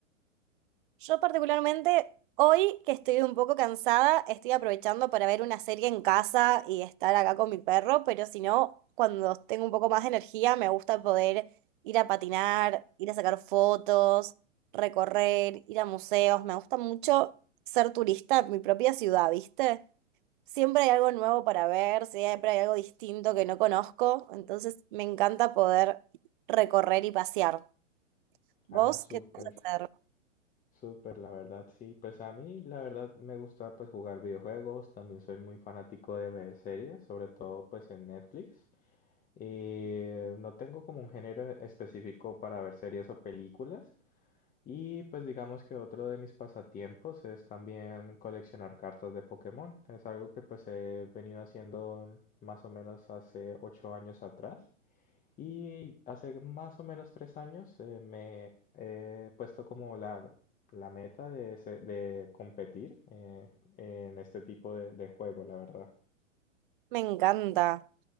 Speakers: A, on the right; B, on the left.
A: Yo particularmente, hoy que estoy un poco cansada, estoy aprovechando para ver una serie en casa y estar acá con mi perro, pero si no, cuando tengo un poco más de energía, me gusta poder ir a patinar, ir a sacar fotos, recorrer, ir a museos. Me gusta mucho ser turista en mi propia ciudad, ¿viste? Siempre hay algo nuevo para ver, siempre hay algo distinto que no conozco, entonces me encanta poder recorrer y pasear. ¿Vos
B: Ah, súper,
A: qué te vas a hacer?
B: súper, la verdad, sí. Pues a mí la verdad me gusta pues jugar videojuegos, también soy muy fanático de ver series, sobre todo pues en Netflix. Eh, no tengo como un género específico para ver series o películas. Y pues digamos que otro de mis pasatiempos es también coleccionar cartas de Pokémon. Es algo que pues he venido haciendo más o menos hace ocho años atrás. Y hace más o menos tres años eh, me he puesto como la, la meta de, se- de competir eh, en este tipo de, de juego, la verdad.
A: Me encanta.